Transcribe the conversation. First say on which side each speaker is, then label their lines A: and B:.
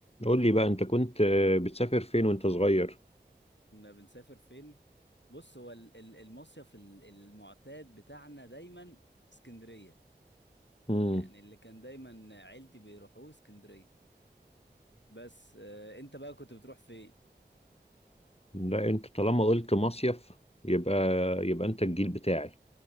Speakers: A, on the left; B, on the left.
A: قول لي بقى انت كنت آه، بتسافر فين وانت صغير
B: كنا بنسافر فين بص هو ال- ال- المصيف ال- المعتاد بتاعنا دايما اسكندرية
A: امم
B: يعني اللي كان دايما عيلتي بيروحوه اسكندرية بس آه انت بقى كنت بتروح فين
A: لا انت طالما قلت مصيف يبقى يبقى انت الجيل بتاعي